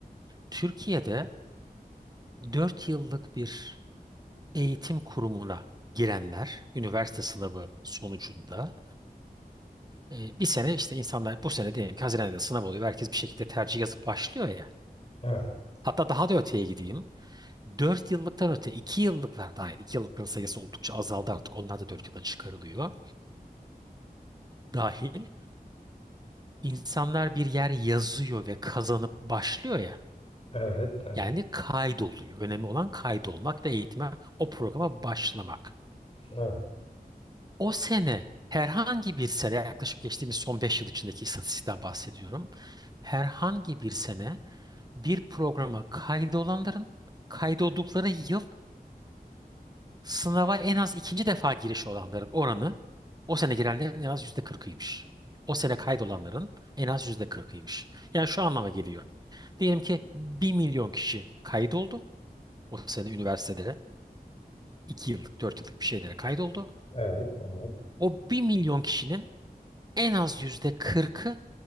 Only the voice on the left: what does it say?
evet,
evet,
evet,
evet, evet,